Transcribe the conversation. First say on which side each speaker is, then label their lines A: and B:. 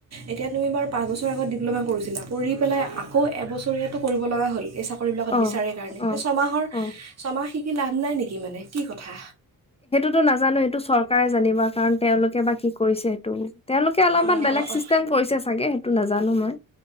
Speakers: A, on the right (about 45°); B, on the left (about 15°).
A: এতিয়া তুমি বাৰু পাঁচ বছৰ আগত ডিপ্ল'মা কৰিছিলা, কৰি পেলই আকৌ এবছৰীয়াতো কৰিব লগা হ'ল বুজিছা? ক'ৰবিলাকত
B: অ',
A: বিচাৰে কাৰণে
B: অ',
A: তে ছমাহৰ
B: অ'।
A: ছমাহ শিকি লাভ নাই নেকি মানে কি কথা।
B: টো নাজানোঁ, এইটো চৰকাৰে জানিবা কাৰণ তেওঁলোকে বা কি কৰিছে সেইটো। তেওঁলোকে অলপমান
A: অঁ
B: বেলেগ
A: অঁ অঁ
B: চিষ্টেম কৰিছে চাগে সেইটো নাজানোঁ মই।